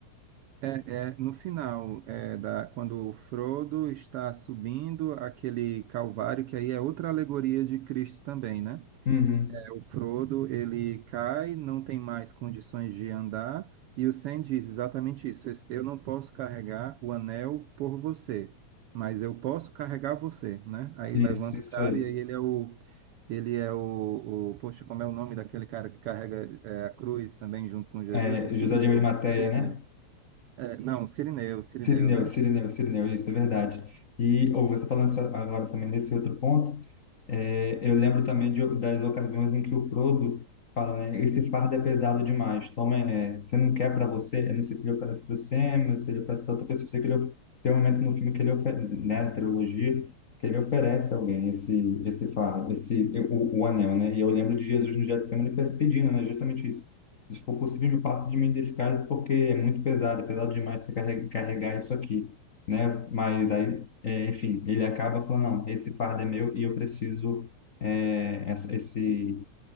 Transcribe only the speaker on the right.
É, é, no final, é, da, quando o Frodo está subindo aquele calvário, que aí é outra alegoria de Cristo também, né?
O Frodo, ele cai, não tem mais condições de andar, e o Sam diz exatamente isso: eu não posso carregar o anel por você, mas eu posso carregar você, né? Aí
levanta
o cara
e aí ele é o ele é o, o poxa, como é o nome daquele cara que carrega é, a cruz também junto com Jesus?
O Cirineu.
Cirineu.
É, não, Cirineu, Cirineu,
né?
Sim,